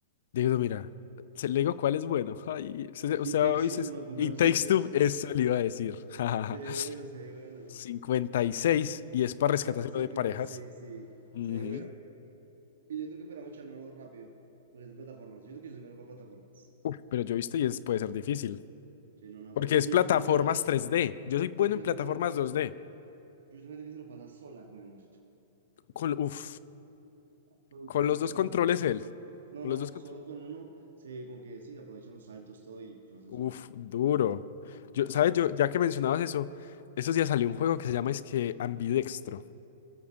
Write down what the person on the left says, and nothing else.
Diego, mira, se- le digo cuál es bueno. <laughs> Ay, usted, usted
ha oído
es-
y Takes
Two,
eso le iba a decir. <laughs>
cincuenta y seis y es para
rescatárselo
de parejas.
Ujú.
Uf, pero yo he visto y es, puede ser difícil.
Porque
es
plataformas
tres d Yo soy
bueno
en
plataformas
dos d
Con, uf,
con
los dos
controles él.
Con
los dos
controles.
Uf,
duro.
Yo, ¿sabes?
Yo, ya que mencionabas eso, estos días salió un juego que se llama es que Ambidextro,